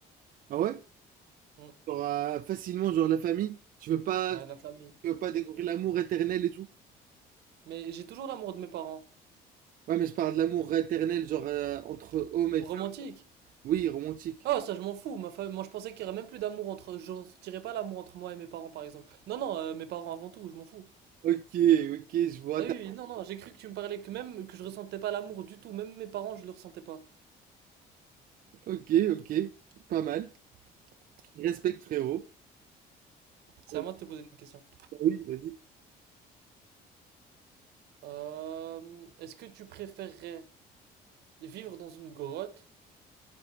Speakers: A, on the right (about 55°); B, on the right (about 75°).
A: Ah ouais?
B: Hmm.
A: T'auras facilement, genre, la famille. Tu veux pas,
B: Ouais, la famille.
A: tu veux pas découvrir l'amour éternel et tout?
B: Mais j'ai toujours l'amour de mes parents.
A: Ouais, mais je parle de l'amour éternel, genre euh, entre homme
B: Romantique.
A: et femme. Oui, romantique.
B: Ah, ça, je m'en fous. Ma fa- Moi, je pensais qu'il y aurait même plus d'amour entre, je ressentirais pas l'amour entre moi et mes parents, par exemple. Non, non, euh, mes parents avant tout, je m'en fous.
A: Ok, ok, je vois.
B: Ah
A: ta-
B: oui, oui, non, non, j'ai cru que tu me parlais que même que je ressentais pas l'amour du tout, même mes parents, je le ressentais pas.
A: Ok, ok, pas mal. Respect, frérot.
B: C'est
A: Euh,
B: à moi de te poser une question.
A: Oui, vas-y.
B: Euh, est-ce que tu préférerais vivre dans une grotte,